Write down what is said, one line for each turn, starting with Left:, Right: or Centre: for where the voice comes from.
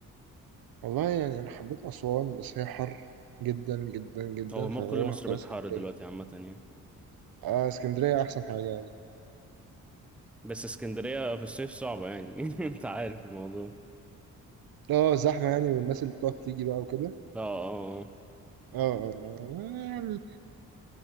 Right: والله يعني أنا حبيت أسوان بس هي حر جدا جدا جدا
Centre: هو ما
Right: فغالبا
Centre: كل مصر
Right: هختار
Centre: بقت
Right: اسكندرية
Centre: حر دلوقتي عامة يعني
Right: آه اسكندرية أحسن حاجة يعني
Centre: بس اسكندرية في الصيف صعبة يعني <laughs> انت عارف الموضوع
Right: اه زحمة يعني والناس اللي بتقعد تيجي بقى وكده
Centre: اه اه آه.
Right: اه اه ما- يعني